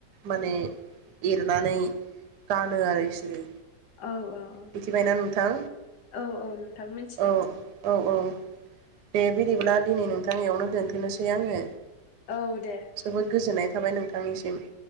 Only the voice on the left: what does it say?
औ औ औ
औ औ नोंथां मिनथिबाय
औ दे